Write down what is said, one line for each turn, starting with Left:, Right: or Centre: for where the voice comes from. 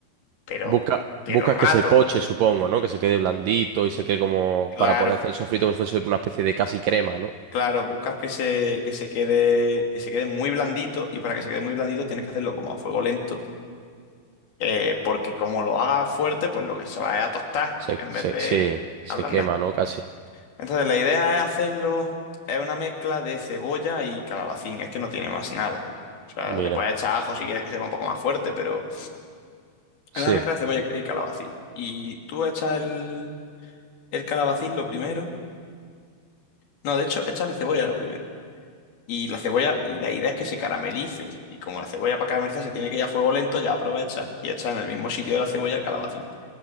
Left: pero,
Right: Busca,
Left: pero
Right: buscas
Left: rato.
Right: que se poche, supongo, ¿no? Que se quede blandito y se quede como
Left: Claro,
Right: para poder hacer el sofrito como si fuese una especie de casi crema, ¿no?
Left: claro, buscas que se, que se quede, que se quede muy blandito y para que se quede muy blandito tienes que hacerlo como a fuego lento, eh, porque como lo hagas fuerte, pues lo que se va es a tostar
Right: Se,
Left: en
Right: se,
Left: vez de
Right: sí, se
Left: ablandar.
Right: quema, ¿no? Casi.
Left: Entonces la idea es hacerlo, es una mezcla de cebolla y calabacín, es que no tiene más nada. O sea,
Right: Mira.
Left: le puedes echar ajo si quieres que sepa un poco más fuerte, pero
Right: Sí.
Left: es una mezcla de cebolla y calabacín. Y tú echas el, el calabacín lo primero. No, de hecho, echas la cebolla lo primero. Y la cebolla, la idea es que se caramelice. Y como la cebolla para caramelizar se tiene que ir a fuego lento, ya aprovecha y echa en el mismo sitio de la cebolla el calabacín.